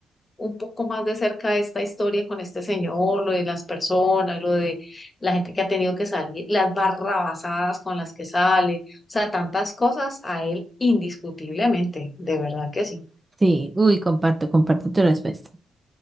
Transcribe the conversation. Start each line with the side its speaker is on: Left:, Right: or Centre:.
Left: un poco más de cerca esta historia con este señor, lo de las personas, lo de la gente que ha tenido que salir, las barrabasadas con las que sale, o sea, tantas cosas a él indiscutiblemente, de verdad que sí.
Right: Sí, uy, comparto, comparto tu respuesta.